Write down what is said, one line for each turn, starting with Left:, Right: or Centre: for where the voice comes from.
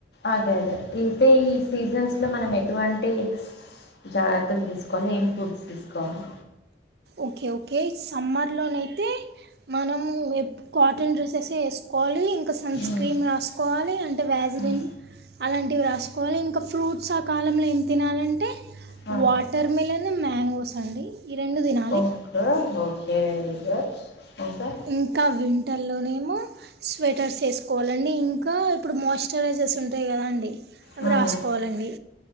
Left: అదే అదే అయితే ఈ సీజన్స్ లో మనం ఎటువంటి జాగ్రత్తలు తీసుకోవాలి ఏం ఫుడ్స్ తీసుకోవాలి
Right: ఓకే ఓకే సమ్మర్ లోనైతే మనం కాటన్ డ్రెస్సెస్ వేసుకోవాలి ఇంకా సన్
Left: మ్మ్
Right: స్క్రీన్ రాసుకోాల కోాలి అంటే వ్యాజిరం
Left: మ్మ్
Right: అలాంటివి రాసుకోవాలి ఇంకా ఫ్రూట్స్ ఆ కాలంలో ఏం తినాలంటే
Left: మ్మ్
Right: వాటర్ మిలన్ మ్యాంగోస్ అండి ఈ రెండు దిన
Left: okay okay very good okay
Right: ఇంకా విం ంటల్లోనేమో స్వెటర్స్ వేసుకోవాలండి ఇంకా ఇప్పుడు మాయిశ్చరైజర్స్ ఉంటాయి కదా అండి అది
Left: మ్మ్
Right: రాసుకోవాలండి